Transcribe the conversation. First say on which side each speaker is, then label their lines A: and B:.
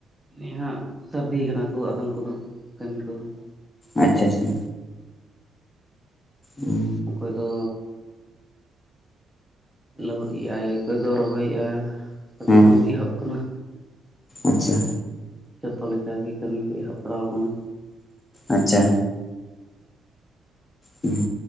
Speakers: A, in the centre; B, on the left.
A: ᱱᱮᱦᱟᱜ ᱥᱟᱹᱨᱫᱤ ᱠᱟᱱᱟ ᱠᱚ ᱟᱫᱚᱢ ᱠᱚᱫᱚ ᱠᱟᱹᱢᱤ ᱠᱚᱦᱚᱸ
B: ᱟᱪᱪᱷᱟ ᱟᱪᱪᱷᱟ ᱦᱮᱸ
A: ᱚᱠᱚᱭ ᱫᱚ ᱦᱮᱞᱳ ᱮᱭᱟᱭ ᱚᱠᱚᱭ ᱫᱚ ᱨᱚᱦᱚᱭᱮᱜᱼᱟ᱾ ᱠᱚᱫᱚ
B: ᱦᱮᱸ
A: ᱛᱩᱫ ᱮᱦᱚᱵ ᱠᱟᱱᱟ᱾
B: ᱟᱪᱪᱷᱟ
A: ᱡᱚᱛᱚ ᱞᱮᱠᱟᱜᱮ ᱠᱟᱹᱢᱤ ᱠᱚ ᱮᱦᱚᱵ ᱵᱟᱲᱟᱣ ᱟᱠᱟᱱᱟ᱾
B: ᱟᱪᱪᱷᱟ ᱦᱮᱸ